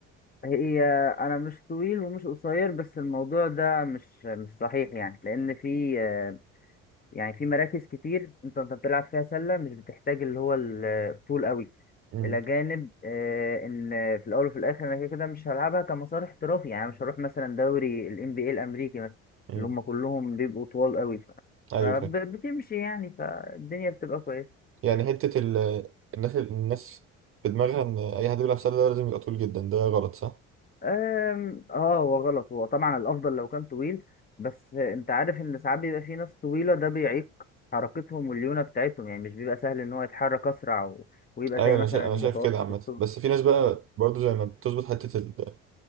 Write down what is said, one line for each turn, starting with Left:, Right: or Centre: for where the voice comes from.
Left: هي انا مش طويل ومش قصير بس الموضوع ده مش مش صحيح يعني لان في آه، يعني في مراكز كتير انت انت بتلعب فيها سله مش بتحتاج اللي هو الطول قوي
Right: امم
Left: الى جانب آه، ان في الاول وفي الاخر انا كده كده مش هلعبها كمسار احترافي يعني مش هروح مثلا دوري ال NBA الامريكي مثلا
Right: امم
Left: اللي هم كلهم بيبقوا طوال قوي ف-
Right: ايوه
Left: فبتمشي
Right: فاهم
Left: يعني فالدنيا بتبقى كويسه
Right: يعني حته ال... الناس الناس في دماغها ان اي حد بيلعب سله ده لازم يبقى طويل جدا ده غلط صح
Left: أم، اه هو غلط هو طبعا الافضل لو كان طويل بس انت عارف ان ساعات بيبقى في ناس طويله ده بيعيق حركتهم والليونه بتاعتهم يعني مش بيبقى سهل ان هو يتحرك اسرع و... ويبقى
Right: ايوه
Left: زي
Right: انا
Left: مثلا
Right: شايف انا
Left: المتوسط
Right: شايف كده عامه
Left: والطول
Right: بس في ناس بقى برضو زي ما بتظبط حته ال...